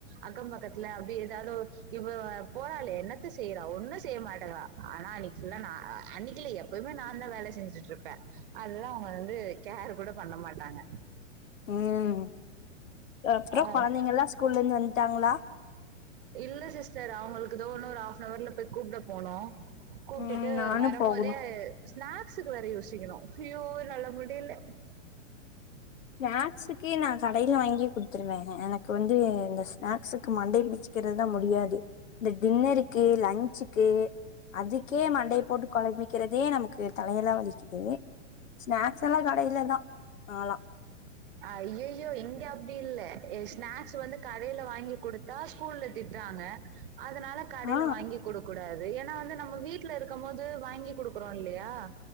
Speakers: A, on the right; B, on the left.
A: அக்கம் பக்கத்ல அப்டி எதாது ஒர் இப்ப போறாளே என்னத்த செய்றா ஒன்னு செய்ய மாட்டங்கறா ஆனா அன்னிக் ஃபுல்லா நா அன்னிக்கில்ல எப் எப்போதுமே நாந்தா வேலை செஞ்சுட்ருப்பே அதல்லா அவுங்க வந்து கேர் கூட பண்ண மாட்டாங்க
B: உம் அப்றோ
A: ஆஹ்
B: கொழந்திங்கல்லா ஸ்கூல்லந்து வன்ட்டாங்ளா
A: இல்ல சிஸ்டர் அவுங்குளுக்கு இதோ ஒரு ஹாஃப்னவர்ல போய் கூப்ட போனோ கூப்ட்டுட்டு
B: ம் நானு
A: வரமோதே
B: போகணு
A: ஸ்நாக்ஸுக்கு வேற யோசிக்குணு ஐயோ என்னால முடில
B: ஸ்நாக்ஸுக்கு நா கடைல வாங்கி குட்த்துருவே எனக்கு வந்து இந்த ஸ்நாக்ஸுக்கு மண்டய பிச்சி கிறதுதா முடியாது இந்த டின்னருக்கு லன்ச்சுக்கு அதுக்கே மண்டய போட்டு கொழம்பிக்கிறதே நமக்கு தலயெல்லா வலி கிது ஸ்நாக்ஸ் எல்லா கடைல தா நாலா
A: ஐயயோ இங்க அப்டி இல்ல ஸ்நாக்ஸ் வந்து கடைல வாங்கி குடுத்தா ஸ்கூல்ல திட்றாங்க அதனால கடையில
B: ஆ
A: வாங்கி கொடுக்க கூடாது ஏனா வந்து நம்ம வீட்ல இருக்கமோது வாங்கி குடுக்குறோ இல்லயா